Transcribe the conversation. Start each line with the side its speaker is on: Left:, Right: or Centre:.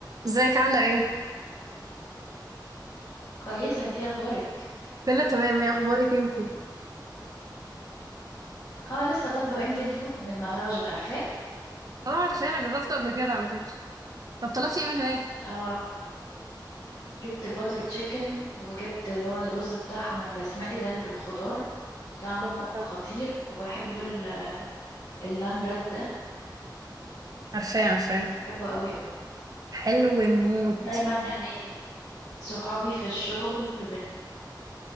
Right: ازيك عاملة ايه؟
Left: كويسة انتي اخبارك
Right: كله تمام ايه اخبارك انتي؟
Left: اه لسه طالبة انديان فود من مهراج عارفاه
Right: اه عارفاه انا جربته قبل كده على فكرة طب طلبتي ايه من هناك؟
Left: اه جبت باتر تشيكن وجبت اللي هو الرز بتاعهم البسمتي ده اللي بالخضار طعمه
Right: تحفة
Left: خطير وبحب ال- النان بريد ده
Right: عارفاه عارفاه
Left: بحبه قوي قوي
Right: حلو موت
Left: دايما يعني صحابي في الشغل بن...